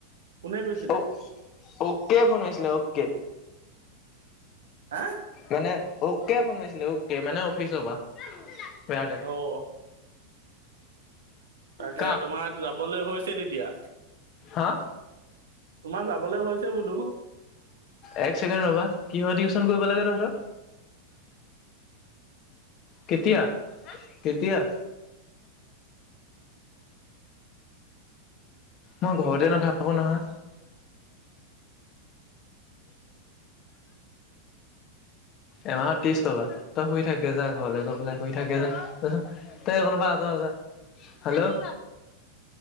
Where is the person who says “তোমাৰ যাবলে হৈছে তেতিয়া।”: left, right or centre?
Right